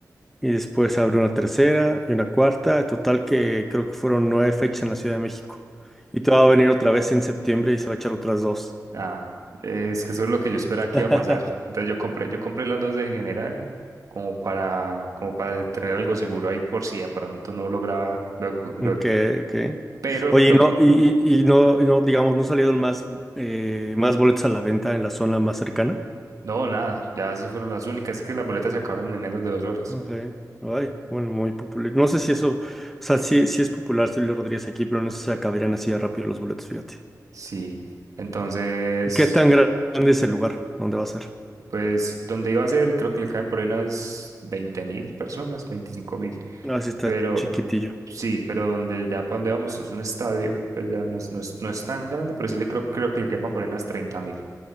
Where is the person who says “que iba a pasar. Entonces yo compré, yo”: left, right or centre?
Right